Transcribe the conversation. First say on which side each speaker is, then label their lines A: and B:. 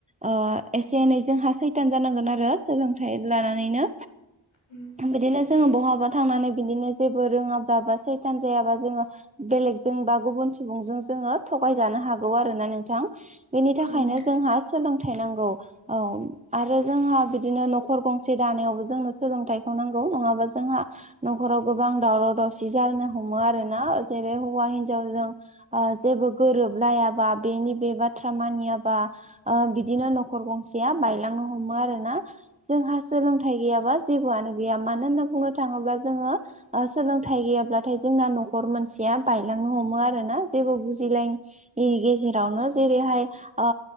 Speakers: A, on the right; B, on the left.
A: ओ एसे एनै जोंहा सैथान जानांगोन आरो सोलोंथाइ लानानैनो
B: उम
A: बिदिनो जोङो बहाबा थांनानै बिदिनो जेबो रोङाब्ला बा सैथान जायाबा जोङो बेलेगजों बा गुबुन सुबुंजों जोङो थगाय जानो हागौ आरो ना नोंथां। बेनि
B: औ
A: थाखायनो
B: नोंथां
A: जोंहा सोलोंथाइ नांगौ औ आरो जोंहा बिदिनो नखर गंसे दानायावबो जोंनो सोलोंथाइखौ नांगौ नङाबा जोंहा नखराव गोबां दावराव दावसि जानो हमो आरोना जेरै हौवा हिनजावजों ओ जेबो गोरोबलायाबा बेनि बे बाथ्रा मानियाबा ओ बिदिनो नखर गंसेया बायलांनो हमो आरोना जोंहा सोलों थाइ गैयाबा जेबोआनो गैया मानो होनना बुंनो थाङोब्ला जोङो ओ सोलोंथाइ गैयाब्लाथाय जोंना नखर मोनसेया बायलांनो हमो आरोना जेबो बुजिलाय यि गेजेरावनो जेरैहाय ओ